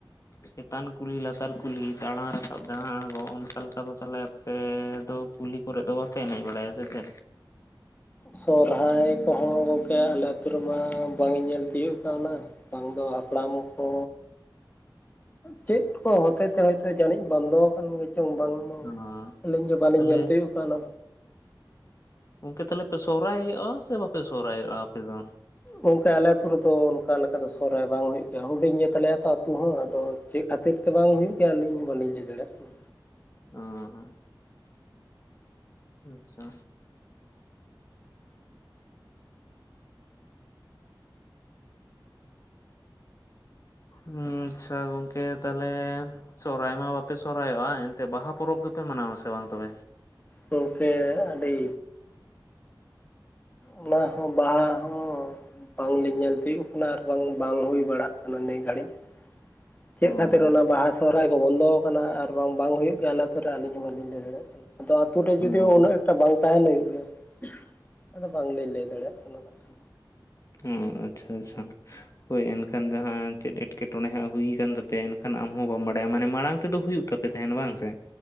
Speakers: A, on the left (about 40°); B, on the left (about 20°).
A: ᱪᱮᱛᱟᱱ ᱠᱩᱞᱦᱤ ᱞᱟᱛᱟᱨ ᱠᱩᱞᱦᱤ ᱫᱟᱲᱟ ᱨᱟᱠᱟᱵ ᱫᱟᱲᱟ ᱟᱲᱜᱚ ᱚᱱᱠᱟ ᱞᱮᱠᱟ ᱫᱚ ᱛᱟᱞᱦᱮ ᱯᱮ ᱫᱚ ᱠᱩᱞᱤ ᱠᱚᱨᱮ ᱫᱚ ᱵᱟᱯᱮ ᱮᱱᱮᱡ ᱵᱟᱲᱟᱭᱟ ᱥᱮ ᱪᱮᱫ᱾
B: ᱥᱚᱨᱦᱟᱭ ᱠᱚᱦᱚᱸ ᱜᱚᱢᱠᱮ ᱟᱞᱮ ᱟᱹᱛᱳ ᱨᱮᱢᱟ ᱵᱟᱝ ᱤᱧ ᱧᱮᱞ ᱛᱤᱭᱳᱜ ᱠᱟᱣᱱᱟ᱾ ᱵᱟᱝ ᱫᱚ ᱦᱟᱯᱲᱟᱢ ᱠᱚ ᱪᱮᱫ ᱠᱚ ᱦᱚᱛᱮ ᱛᱮ ᱦᱚᱭᱛᱚ ᱡᱟᱹᱱᱤᱡ ᱵᱚᱱᱫᱚ ᱟᱠᱟᱱ ᱜᱮ ᱪᱚᱝ ᱵᱟᱝ ᱦᱩᱸ
A: ᱚ
B: ᱟᱹᱞᱤᱧ ᱜᱮ ᱵᱟᱹᱞᱤᱧ
A: ᱛᱟᱦᱚᱞᱮ
B: ᱧᱮᱞ ᱛᱤᱭᱳᱜ ᱠᱟᱣᱱᱟ᱾
A: ᱜᱚᱢᱠᱮ ᱛᱟᱦᱞᱮ ᱯᱮ ᱥᱚᱨᱦᱟᱭᱚᱜᱼᱟ ᱥᱮ ᱵᱟᱯᱮ ᱥᱚᱨᱦᱟᱭᱚᱜᱼᱟ ᱟᱯᱮ ᱫᱚ?
B: ᱜᱚᱢᱠᱮ ᱟᱞᱮ ᱟᱛᱳ ᱨᱮᱫᱚ ᱚᱱᱠᱟ ᱞᱮᱠᱟ ᱫᱚ ᱥᱚᱨᱦᱟᱭ ᱵᱟᱝ ᱦᱩᱭᱩᱜ ᱜᱮᱭᱟ ᱦᱩᱰᱤᱧ ᱜᱮᱛᱟᱞᱮᱭᱟ ᱛᱚ ᱟᱹᱛᱩ ᱦᱚᱸ ᱟᱫᱚ ᱪᱮᱫ ᱠᱷᱟᱹᱛᱤᱨ ᱛᱮ ᱵᱟᱝ ᱦᱩᱭᱩᱜ ᱜᱮᱭᱟ ᱟᱹᱞᱤᱧ ᱵᱟᱞᱤᱧ ᱞᱟᱹᱭ ᱫᱟᱲᱮᱭᱟᱜ ᱠᱟᱱᱟ᱾
A: ᱚᱸ ᱦᱚᱸᱜ ᱟᱪᱪᱷᱟ ᱩᱸ ᱟᱪᱪᱷᱟ ᱜᱚᱢᱠᱮ ᱛᱟᱦᱞᱮ ᱻ ᱥᱚᱨᱦᱟᱭ ᱢᱟ ᱵᱟᱯᱮ ᱥᱚᱨᱦᱟᱭᱚᱜᱼᱟ ᱮᱱ ᱛᱮ ᱵᱟᱦᱟ ᱯᱚᱨᱚᱵᱽ ᱫᱚᱯᱮ ᱢᱟᱱᱟᱣ ᱟᱥᱮ ᱵᱟᱝ ᱛᱚᱵᱮ?
B: ᱜᱚᱢᱠᱮ ᱟᱹᱰᱤ ᱚᱱᱟ ᱦᱚᱸ ᱵᱟ ᱦᱚᱸ ᱵᱟᱝ ᱞᱤᱧ ᱧᱮᱞ ᱛᱤᱭᱩᱜ ᱱᱟ ᱟᱨ ᱵᱟᱝ ᱵᱟᱝ ᱦᱩᱭ ᱵᱟᱲᱟᱜ ᱠᱟᱱᱟ ᱱᱮᱹ ᱜᱷᱟᱹᱲᱤᱡ ᱾ ᱪᱮᱫ
A: ᱚ
B: ᱠᱷᱟᱹᱛᱤᱨ ᱚᱱᱟ ᱵᱟᱦᱟ ᱥᱚᱨᱦᱟᱭ ᱠᱚ ᱵᱚᱱᱫᱚ ᱠᱟᱱᱟ ᱟᱨ ᱵᱟᱝ ᱵᱟᱝ ᱦᱩᱭᱩᱜ ᱜᱮᱭᱟ ᱟᱞᱮ ᱛᱚ ᱨᱮ ᱟᱹᱞᱤᱧ ᱦᱚᱸ ᱵᱟᱹᱞᱤᱧ ᱞᱟᱹᱭ ᱫᱟᱲᱮᱭᱟᱜ ᱠᱟᱱᱟ, ᱟᱫᱚ ᱟᱹᱛᱳ ᱨᱮ
A: ᱦᱩᱸ
B: ᱡᱩᱫᱤ ᱩᱱᱟᱹᱜ ᱮᱠᱴᱟ ᱵᱟᱝ ᱛᱟᱦᱮᱸᱱ ᱦᱩᱭᱩᱜ ᱜᱮᱭᱟ ᱟᱫᱚ ᱵᱟᱝ ᱞᱤᱧ ᱞᱟᱹᱭ ᱫᱟᱲᱮᱭᱟᱜ ᱠᱟᱱᱟ ᱱᱟᱜ ᱠᱷᱟᱱ᱾
A: ᱩᱸ ᱟᱪᱪᱷᱟ ᱟᱪᱪᱷᱟ᱾ ᱦᱳᱭ ᱮᱱᱠᱷᱟᱱ ᱡᱟᱦᱟᱸ ᱪᱮᱫ ᱮᱴᱠᱮᱴᱚᱱᱮ ᱦᱟᱸᱜ ᱦᱩᱭ ᱠᱟᱱ ᱛᱟᱯᱮᱭᱟ ᱮᱱᱠᱷᱟᱱ ᱟᱢᱦᱚᱸ ᱵᱟᱢ ᱵᱟᱲᱟᱭᱟ ᱢᱟᱱᱮ ᱢᱟᱲᱟᱝ ᱛᱮᱫᱚ ᱦᱩᱭᱩᱜ ᱛᱚᱯᱮ ᱛᱟᱦᱮᱸᱱ ᱵᱟᱝ ᱥᱮ?